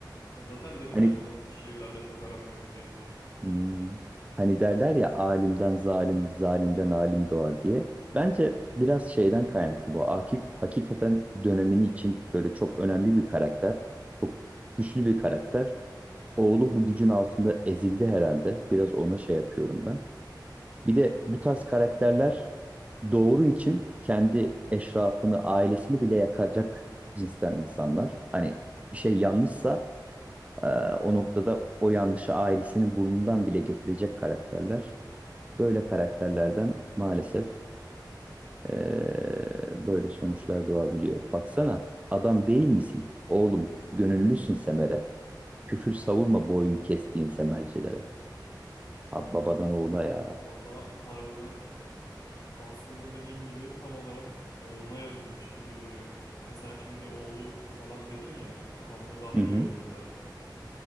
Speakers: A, on the left; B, on the right.
A: Ya zaten dedim
B: Hani
A: ya sana şiirlerle çok aram yok diye.
B: hmm, hani derler ya alimden zalim, zalimden alim doğar diye. Bence biraz şeyden kaynaklı bu. Akif hakikaten dönemini için böyle çok önemli bir karakter. Çok güçlü bir karakter. Oğlu bu gücün altında ezildi herhalde. Biraz ona şey yapıyorum ben. Bir de bu tarz karakterler doğru için kendi eşrafını, ailesini bile yakacak cinsten insanlar. Hani bir şey yanlışsa e, o noktada o yanlışı ailesinin burnundan bile getirecek karakterler. Böyle karakterlerden maalesef e, böyle sonuçlar doğabiliyor. Baksana adam değil misin? Oğlum gönüllüsün Semer'e. Küfür savurma boyun kestiğin Semercilere. Ha, babadan oğula ya.
A: Valla harbiden aslında dediğin gibi tam olarak oğluna yazılmış gibi duruyor. Yani sen şimdi oğlu falan dedin ya kafamda daha
B: Hı hı.
A: iyi oturdu artık.